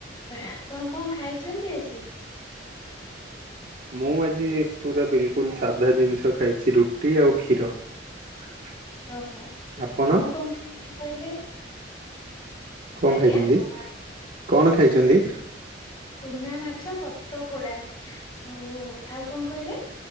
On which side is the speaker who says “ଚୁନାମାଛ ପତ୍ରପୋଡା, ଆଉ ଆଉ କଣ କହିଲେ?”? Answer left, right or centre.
Left